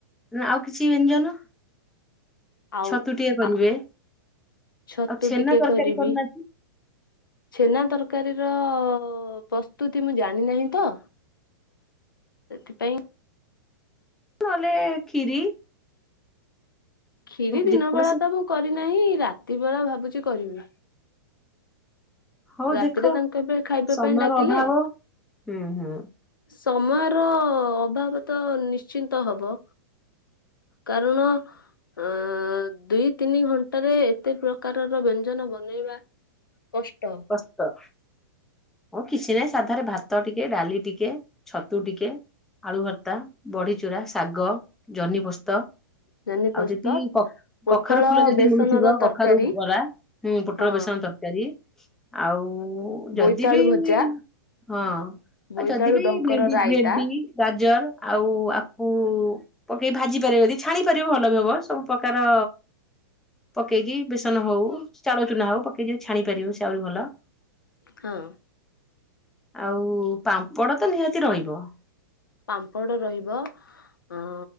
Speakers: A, in the centre; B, on the left (about 70°).
A: ଆଉ କିଛି ବ୍ୟଞ୍ଜନ,
B: ଆଉ
A: ଛତୁଟିଏ କରିବେ।
B: ଆ ଛତୁ
A: ଆଉ ଛେନା
B: ଟିକେ
A: ତରକାରୀ
B: କରିବି।
A: କରୁନାହାନ୍ତି
B: ଛେନା ତରକାରୀର ପ୍ରସ୍ତୁତି ମୁଁ ଜାଣିନାହିଁ ତ
A: ହ
B: ସେଥିପାଇଁ
A: ନହେଲେ ଖୀରି।
B: କ୍ଷୀରି ଦିନ
A: ଯେକୌଣସି
B: ବେଳା ତ ମୁଁ କରିନାହିଁ, ରାତି ବେଳା ଭାବୁଚି କରିବି।
A: ହଉ
B: ରାତିରେ
A: ଦେଖ
B: ତାଙ୍କୁ ଏବେ ଖାଇବା
A: ସମୟର
B: ପାଇଁ ଡାକିଲେ
A: ଅଭାବ ହୁଁ ହୁଁ
B: ସମୟର ଅଭାବ ତ ନିଶ୍ଚିନ୍ତ ହବ। କାରଣ ଅ ଦୁଇ ତିନି ଘଣ୍ଟାରେ ଏତେ ପ୍ରକାରର ବ୍ୟଞ୍ଜନ ବନେଇବା କଷ୍ଟ।
A: କଷ୍ଟ। ହଁ କିଛି ନାହିଁ ସାଧାରେ ଭାତ ଟିକେ, ଡାଲି ଟିକେ, ଛତୁ ଟିକେ ଆଳୁ ଭର୍ତା, ବଢିଚୁରା, ଶାଗ ଜହ୍ନି ପୋସ୍ତ
B: ଜହ୍ନିପୋସ୍ତ
A: ଆଉ ଯଦି କ
B: ପୋଟଳ
A: କଖାରୁ ଫୁଲ ଯଦି
B: ବେସନର
A: ମିଳୁଥିବ କଖାରୁ
B: ତରକାରୀ
A: ବରା, ହୁଁ ପୋଟଳ
B: ହଁ
A: ବେସନ ତର କାରୀ, ଆଉ ଯଦି
B: ବୋଇତାଳୁ
A: ବି
B: ଭଜା
A: ହଁ। ଆ
B: ବୋଇତାଳୁ
A: ଯଦି ବି
B: ଡଙ୍କର
A: ଭେଣ୍ଡି
B: ରାଇତା
A: ଭେଣ୍ଡି ଗାଜର ଆଉ ଆକୁ ପକେଇ ଭାଜି ପାରିବ। ଯଦି ଛାଣି ପାରିବ ଭଲ ବି ହବ। ସବୁ ପ୍ରକାର ପକେଇକି ବେସନ ହଉ ଚାଉଳ ଚୁନା ହଉ ପକେଇକି ଛାଣି ପାରିବ ସେ ଆହୁରି ଭଲ।
B: ହଁ।
A: ଆଉ ପାମ୍ପଡ ତ ନିହାତି ରହିବ।
B: ପାମ୍ପଡ ରହିବ। ଅ